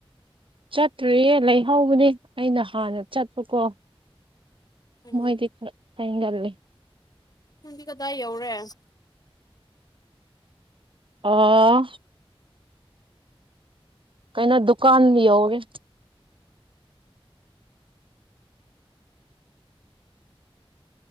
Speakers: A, on the right (about 60°); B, on the left (about 40°).
A: ꯆꯠꯇ꯭ꯔꯤꯌꯦ ꯂꯩꯍꯧꯕꯅꯦ ꯑꯩꯅ ꯍꯥꯟꯅ ꯆꯠꯄꯀꯣ
B: ꯎꯝ
A: ꯃꯣꯏꯗꯤ ꯍꯣꯢ ꯌꯥꯝ ꯉꯂꯤ
B: ꯅꯪꯗꯤ ꯀꯗꯥꯏ ꯌꯧꯔꯦ
A: ꯑꯣ ꯀꯩꯅꯣ ꯗꯨꯀꯥꯟ ꯌꯧꯔꯦ